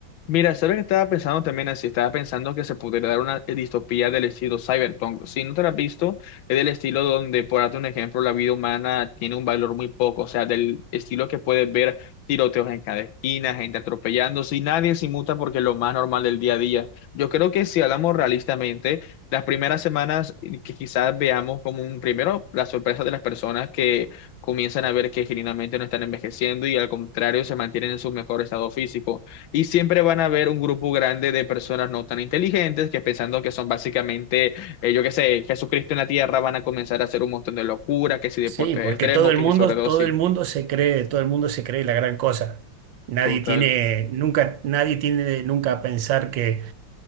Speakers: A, on the left (about 90°); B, on the right (about 75°).
A: Mira, ¿sabes que estaba pensando también así? Estaba pensando que se podría dar una distopía del estilo cyberpunk. Si no te la has visto, es del estilo donde, por darte un ejemplo, la vida humana tiene un valor muy poco, o sea, del estilo que puedes ver tiroteos en cada esquina, gente atropellándose y nadie se inmuta porque es lo más normal del día a día. Yo creo que si hablamos realistamente, las primeras semanas eh, que quizás veamos como un primero la sorpresa de las personas que comienzan a ver que genuinamente no están envejeciendo y al contrario se mantienen en su mejor estado físico. Y siempre van a haber un grupo grande de personas no tan inteligentes que pensando que son básicamente, eh, yo qué sé, Jesucristo en la tierra, van a comenzar a hacer un montón de locuras, que si deportes
B: Sí, porque
A: extremos,
B: todo el
A: que
B: mundo,
A: si sobredosis.
B: todo el mundo se cree, todo el mundo se cree la gran cosa. Nadie
A: Total.
B: tiene, nunca, nadie tiene nunca a pensar que